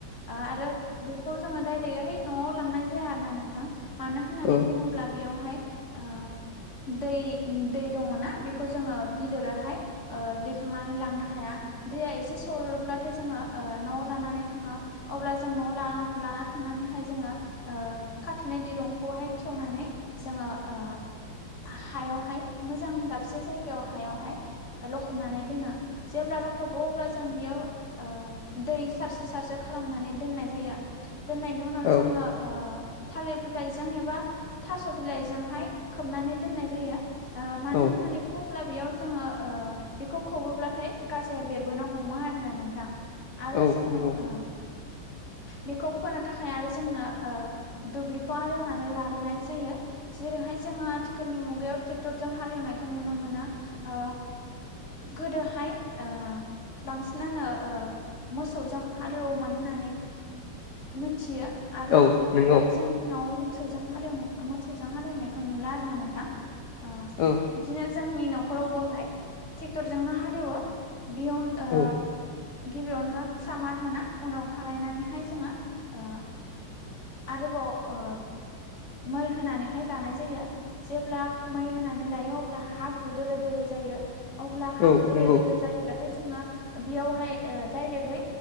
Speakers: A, on the left; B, on the left.
A: ओ आरो बेखौ जोङो डायरेक्टहाय न'आव लांनाय जाया आरो ना नोंथां मानो होननानै
B: औ
A: बुङोब्ला बेयावहाय ओ दै दै दङना बे खौ जोङो बिलिरहाय ओ दैखांनानै लांनो हाया दैया एसे सरोब्लाथाय जोङो ओ न'आव लानानै थाङो अब्ला जों न'आव लाना थांनानैहाय जोङो ओ खाथेनाय दिरुंखौहाय खेवनानै जोङो ओ हायावहाय मोजां दाबसे जायगायाव हायावहाय लखबनानै दोनो। जेब्लानो लखबो अब्ला जों बेयाव ओ दै सारसे सारसे खालामनानै दोननाय जायो दोननायनि उनाव
B: औ
A: जोङो ओ थालिर बिलाइजों एबा थास' बिलाइजोंहाय खोबनानै दोननाय जायो ओ मानो
B: औ
A: होन होननानै बुङोब्ला बेयाव जोङो ओ बेखौ खोबोब्लाथाय गाजाया बेरबोनो हमो आरोना नोंथां आरो
B: औ
A: जोङो
B: नंगौ
A: ओ बेखौ फोनो थाखाय आरो जोंनो ओ दुब्लिखौ आर एवनानै लाग्रोनाय जायो जेरैहाय जोङो आथिखालनि मुगायाव ट्रेक्टरजों हालेवनायखौ नुनो मोनो ओ गोदोहाय ओ बांसिनानो ओ मोसौजों हालेवोमोन होननानै मिथियो आरो
B: औ नंगौ
A: दायो जोंनाव मोसौजों हालेवनाय मोसौजों हालेवनायखौ नुला आरो ना नोंथां ओ
B: औ।
A: बिदिनो जोंनि न'खरावबोहाय ट्रेक्टरजोंनो हालेवो बेयाव ओ
B: औ
A: गिबियावनो सामार होना उनाव खारायनानैहाय जोङो ओ आरोबाव ओ मै होनानैहाय लानाय जायो जेब्ला मै होनानै लायो अब्ला हाब्रु दोलो दोलो जायो अब्ला हाब्रु
B: औ
A: दोलो
B: नंगौ
A: दोलो जायोब्ला ना जोङो बेयावहाय ओ दडाइरेक